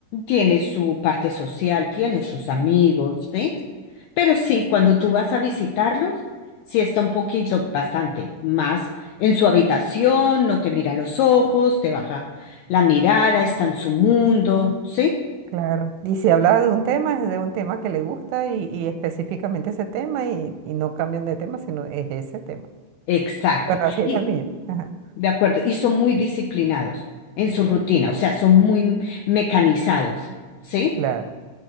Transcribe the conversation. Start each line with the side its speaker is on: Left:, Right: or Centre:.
Left: tiene su parte social, tiene sus amigos, ¿sí? Pero sí, cuando tú vas a visitarlos, sí está un poquito, bastante más en su habitación, no te mira a los ojos, te baja la mirada, está en su mundo, ¿sí?
Right: Claro, y si habla de un tema, es de un tema que le gusta y, y específicamente ese tema y, y no cambian de tema, sino es ese tema.
Left: Exacto.
Right: Bueno, así
Left: Y,
Right: es la mía. Ajá.
Left: de acuerdo, y son muy disciplinados en su rutina, o sea, son muy mecanizados, ¿sí?
Right: Claro,